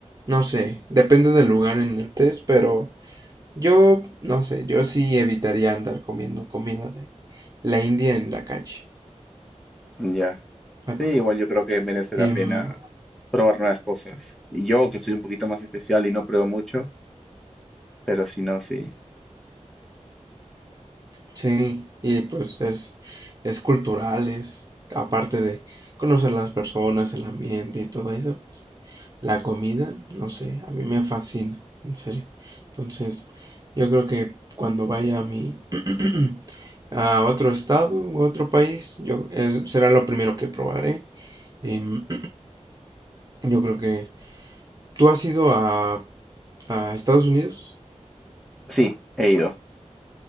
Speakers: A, on the right (about 30°); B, in the centre.
A: no sé, depende del lugar en el que estés, pero yo, no sé, yo sí evitaría andar comiendo comida de la India en la calle.
B: ya.
A: Ah,
B: Sí, igual yo creo que merece la
A: em,
B: pena probar nuevas cosas. Y yo, que soy un poquito más especial y no pruebo mucho, pero si no, sí.
A: sí, y pues es, es cultural, es aparte de conocer las personas, el ambiente y todo eso, pues La comida, no sé, a mí me fascina, en serio. Entonces, yo creo que cuando vaya a mi <clears throat> a otro estado u otro país, yo es- será lo primero que probaré. Em, <clears throat> yo creo que tú has ido a, a Estados Unidos
B: Sí, he ido.